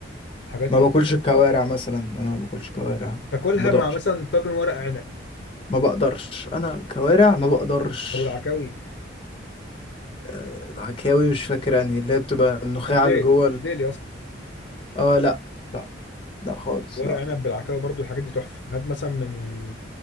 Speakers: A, on the left; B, on the left.
A: الحاجات
B: ما
A: دي
B: باكلش الكوارع مثلا انا ما باكلش كوارع
A: تاكلها
B: ما بقدرش
A: مع مثلا طاجن ورق عنب
B: ما بقدرش انا كوارع ما بقدرش
A: او العكاوي
B: آه العكاوي مش فاكر انهي اللي هي بتبقى النخاع
A: الديل
B: اللي جوه ال...
A: الديل يا اسطى
B: اه لا لا لا خالص
A: ورق
B: لا
A: عنب بالعكاوي برضو الحاجات دي تحفه هات مثلا من